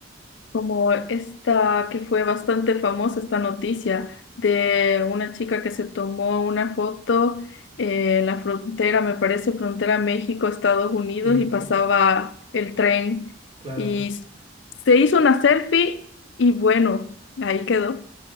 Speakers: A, on the left (about 65°); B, on the right (about 30°).
A: Como esta que fue bastante famosa, esta noticia de una chica que se tomó una foto eh, en la frontera, me parece frontera México-Estados Unidos
B: Sí,
A: y pasaba
B: jus-
A: el tren
B: claro,
A: y s- se hizo una selfie y bueno, ahí quedó,